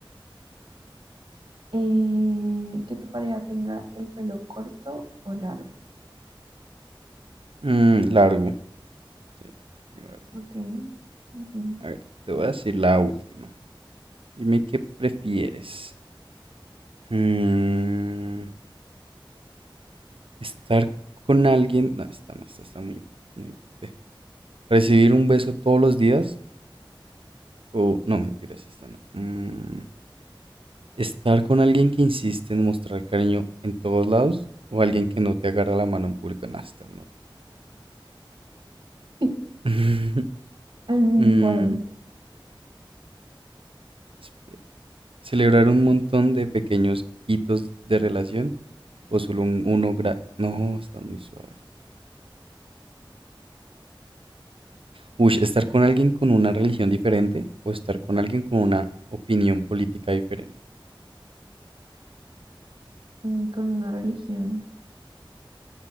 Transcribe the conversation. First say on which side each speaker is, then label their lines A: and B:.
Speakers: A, on the right; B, on the right.
A: Eh, que tu pareja tenga el pelo corto o largo.
B: Mm, largo. Sí, largo.
A: Ok, entiendo.
B: A ver, te voy a decir la última. Dime qué prefieres. Mm, Estar con alguien, no, esta no, esta está muy, muy, pe, Recibir un beso todos los días o, no, mentiras, esta no. Mm, estar con alguien que insiste en mostrar cariño en todos lados o alguien que no te agarra la mano en público, no, esta no.
A: <laughs>
B: <laughs>
A: Alvin,
B: Mm,
A: ¿cuál?
B: espe- celebrar un montón de pequeños hitos de relación o solo un- uno, gra- no, están muy suaves. Uy, estar con alguien con una religión diferente o estar con alguien con una opinión política diferente.
A: mm, con una religión.